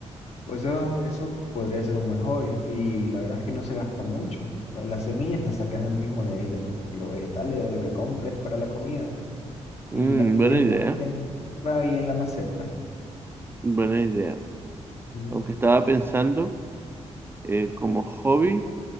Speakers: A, on the left (about 60°); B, on the right (about 20°).
A: Pues eso, eso podría ser un buen hobby y la verdad es que no se gasta mucho. Bueno, Las semillas las sacas del mismo de ahí, del- de los vegetales, de lo que compres para la comida
B: Mm,
A: y gastarías
B: buena idea,
A: como que ahí en la maceta.
B: buena idea.
A: Mm.
B: Aunque estaba pensando eh, como hobby